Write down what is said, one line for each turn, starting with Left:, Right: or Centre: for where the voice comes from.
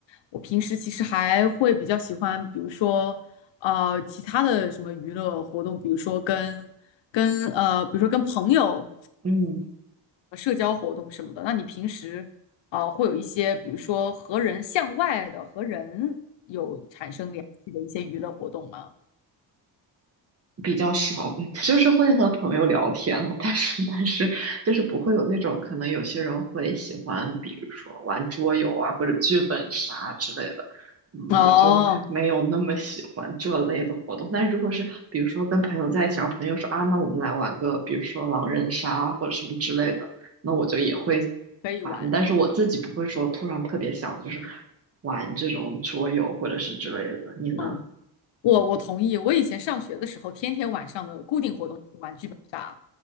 Left: 我平时其实还会比较喜欢，比如说，呃，其他的什么娱乐活动，比如说跟跟呃，比如说跟朋友
Right: 嗯。
Left: 社交活动什么的。那你平时啊、呃会有一些，比如说和人向外的和人有产生联系的一些娱乐活动吗？
Right: 比较少，<laughs> 就是会和朋友聊天嘛，但是但是就是不会有那种可能有些人会喜欢，比如说玩桌游啊或者剧本杀之类的，嗯，
Left: 哦，
Right: 我就没有那么喜欢这类的活动。但是如果是比如说跟朋友在一起，然后朋友说啊，那我们来玩个比如说狼人杀啊或者什么之类的，那我就也会
Left: 可以玩，
Right: 玩，但是我自己不会说突然特别想就是
Left: 嗯
Right: 玩这种桌游或者是之类的。你呢？
Left: 嗯，我我同意。我以前上学的时候，天天晚上的固定活动就是玩剧本杀。